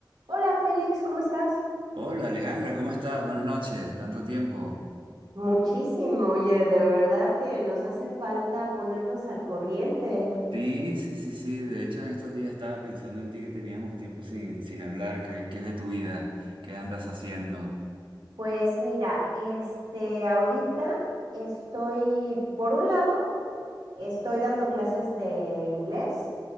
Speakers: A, on the right (about 65°); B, on the right (about 85°).
A: Hola Félix, ¿cómo estás?
B: Hola Alejandra, ¿cómo estás? Buenas noches, tanto tiempo.
A: Muchísimo, oye, de verdad que nos hace falta ponernos al corriente.
B: Sí, sí, sí, sí, de hecho en estos días estaba pensando en ti que teníamos tiempo sin, sin hablar, ¿qué, qué es de tu vida? ¿Qué andas haciendo?
A: Pues mira, este, ahorita estoy, por un lado, estoy dando clases de inglés